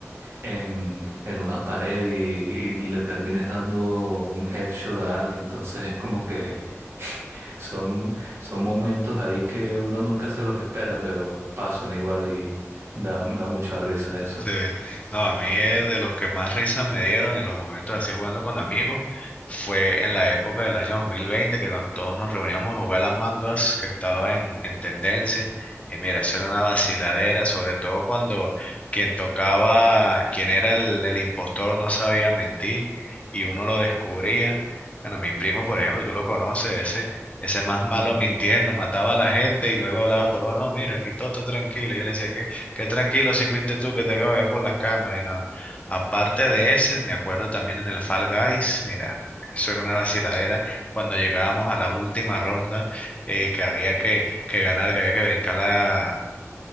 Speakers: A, on the right; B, on the left.
A: en, en una pared y, y le termines dando un headshot a alguien. Entonces es como que <laughs> son, son momentos ahí que uno nunca se los espera, pero pasan igual y da, da mucha risa eso.
B: Sí, no, a mí eh, de los que más risas me dieron en los momentos así jugando con amigos fue en la época del año 2020 que nos, todos nos reuníamos a jugar las mangas que estaba en, en tendencia. Y mira, eso era una vaciladera, sobre todo cuando quien tocaba, quien era el, el impostor no sabía mentir y uno lo descubría. Bueno, mi primo, por ejemplo, tú lo conoces, ese, ese más
A: Mm,
B: malo mintiendo, mataba a la gente y luego hablaba por, oh, no, mira, aquí todo está tranquilo. Y yo le decía, ¿qué? Qué tranquilo si fuiste tú que te acabo de ver por las cámaras y nada. Aparte de ese, me acuerdo también en el Fall Guys, mira, eso era una vaciladera cuando llegábamos a la última ronda eh, que había que, que ganar, que había que brincar la,